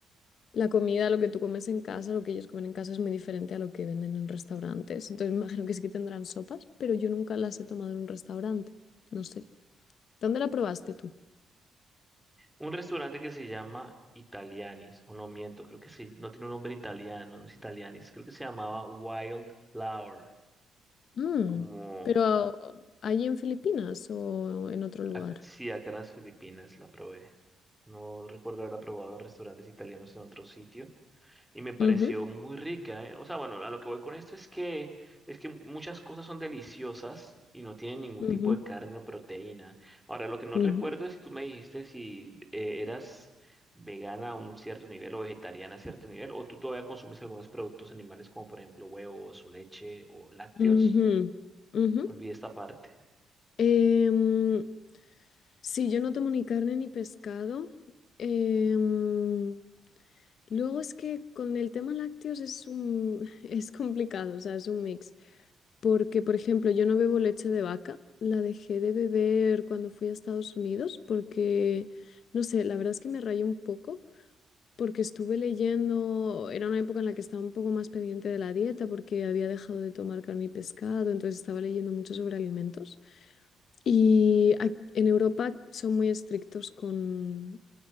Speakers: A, on the left; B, in the centre.
A: la comida, lo que tú comes en casa, lo que ellos comen en casa es muy diferente a lo que venden en restaurantes. Entonces me imagino que sí que tendrán sopas, pero yo nunca las he tomado en un restaurante, no sé. ¿Dónde la probaste tú?
B: Un restaurante que se llama Italianis, o no miento, creo que sí, no tiene un nombre italiano, no es Italianis, creo que se llamaba Wildflower,
A: Mm,
B: como
A: pero allí en Filipinas o en otro lugar.
B: Ac- sí, acá en las Filipinas la probé. No recuerdo haberla probado en restaurantes italianos en otro sitio. Y me pareció
A: Ujú,
B: muy rica, ¿eh? O sea, bueno, a lo que voy con esto es que, es que muchas cosas son deliciosas y no tienen ningún
A: ujú,
B: tipo de carne o proteína. Ahora, lo que no
A: ujú,
B: recuerdo es si tú me dijiste si eh, eras vegana a un cierto nivel o vegetariana a cierto nivel, o tú todavía consumes algunos productos animales como por ejemplo huevos o leche o lácteos.
A: ujú, ujú.
B: Olvidé esta parte.
A: Em, sí, yo no tomo ni carne ni pescado. Em, luego es que con el tema lácteos es un, <laughs> es complicado, o sea, es un mix. Porque, por ejemplo, yo no bebo leche de vaca. La dejé de beber cuando fui a Estados Unidos porque, no sé, la verdad es que me rayé un poco porque estuve leyendo, era una época en la que estaba un poco más pendiente de la dieta porque había dejado de tomar carne y pescado, entonces estaba leyendo mucho sobre alimentos. Y ac- en Europa son muy estrictos con